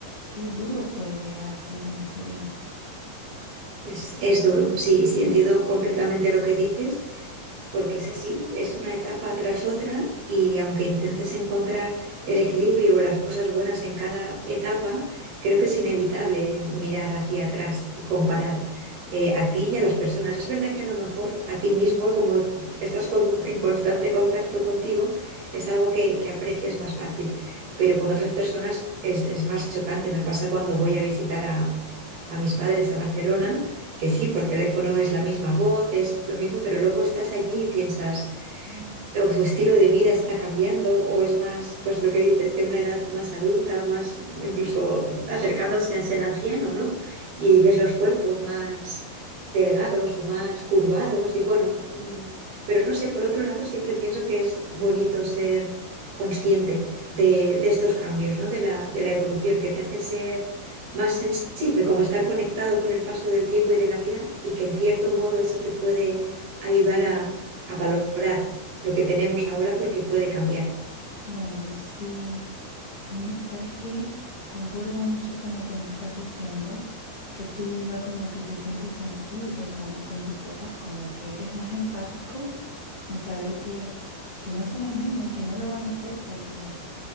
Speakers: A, on the left (about 55°); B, on the right (about 65°).
A: Qué duro puede llegar a ser, en serio.
B: Es, es duro, sí, sí, entiendo completamente lo que dices, porque es así, es una etapa tras otra y aunque intentes encontrar el equilibrio o las cosas buenas en cada etapa, creo que es inevitable mirar hacia atrás y comparar eh, a ti y a las personas. Es verdad que a lo mejor a ti mismo, como estás con- en constante contacto contigo, es algo que, que aprecias más fácil, pero con otras personas es, es más chocante. Me pasa cuando voy a visitar a a mis padres a Barcelona que sí, por teléfono es la misma voz, es lo mismo, pero luego estás allí y piensas
A: Mm.
B: o su estilo de vida está cambiando o es más, pues lo que dices, de una edad más adulta o más incluso acercándose a ser anciano, ¿no? Y ves los cuerpos más delgados o más curvados y bueno, mm, pero no sé, por otro lado siempre pienso que es bonito ser consciente de, de estos cambios, ¿no? De la, de la evolución que te hace ser más sensible, como estar conectado con el paso del tiempo y de la vida y que en cierto modo eso te puede ayudar a a valorar lo que tenemos ahora porque puede cambiar.
A: Oye, sí. A mí, ¿sabes qué? Concuerdo mucho con lo que me estás diciendo, que tú igual como que te sientes sensible con, con tus papás, como que eres más empático en saber que, que no son los mismos y que no lo van a hacer porque,